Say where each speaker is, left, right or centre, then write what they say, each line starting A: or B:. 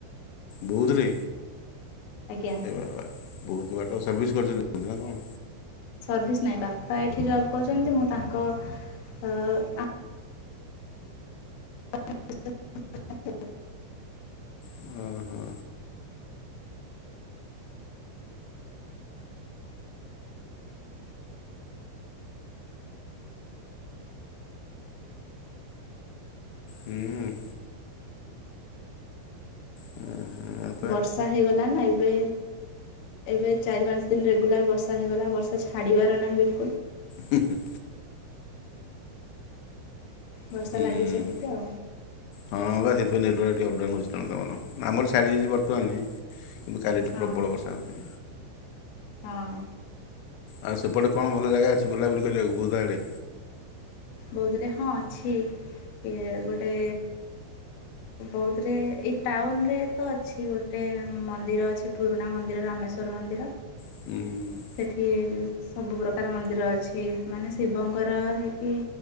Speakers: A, on the left; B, on the left.
A: ବହୁଦରେ।
B: ଆଜ୍ଞା।
A: ଏ ବା ବା ବହୁତ ବାଟ ସର୍ଭିସ୍ କରିଛନ୍ତି ନା କଣ।
B: ସର୍ଭିସ୍ ନାହିଁ ବାପା ଏଇଠି ଜବ୍ କରୁଛନ୍ତି ମୁଁ ତାଙ୍କ--ଆ। <inaudible>
A: ଅଁ ହଁ। ହୁଁ ଉଁ। ଉଁ ହଁ।
B: ବର୍ଷା ହେଇଗଲା ନା ଏବେ। ଏବେ ଚାରି ପାଞ୍ଚ ଦିନ ରେଗୁଲାର ବର୍ଷା ହୋଇଗଲା ବର୍ଷା ଛାଡ଼ିବାର ନାହିଁ ବିଲ୍ କୁଲ୍।
A: ହୁଁ ହୁଁ।
B: ବର୍ଷା
A: ହୁଁ
B: ଲାଗିଛି
A: ଉଁ।
B: ଏମିତି ଆଉ
A: ହଁ ବା ସେଥିପାଇଁ ନେଟୱାକ ଟିକ ଅପ ଡାଉନ୍ ହେଉଛି ତଣ ତମର ଆମର ଛାଡ଼ିଯାଇଛି ବର୍ତ୍ତମାନ। କିନ୍ତୁ କାଲିଠୁ
B: ହଁ
A: ପ୍ରବଳ ବର୍ଷା ହେଛି।
B: ହଁ।
A: ଆଉ ସେପଟେ କଣ ଭଲ ଜାଗା ଅଛି ବୁଲାବୁଲି କରିବାକୁ ବୁଦା ଆଡ଼େ
B: ବୌଦ ରେ ହଁ ଅଛି ଇଏ ଗୋଟେ ବୌଦୁ ରେ ଏଇ ଟାଉନ ରେ ତ ଅଛି ଗୋଟେ ମନ୍ଦିର ଅଛି ପୁରୁଣା ମନ୍ଦିର ରାମେଶ ତୋର୍ ମନ୍ଦିର
A: ଉଁ।
B: ସେଠି ସବୁ ପ୍ରକାର ମନ୍ଦିର ଅଛି ମାନେ ଶିବଙ୍କର ହେଇକି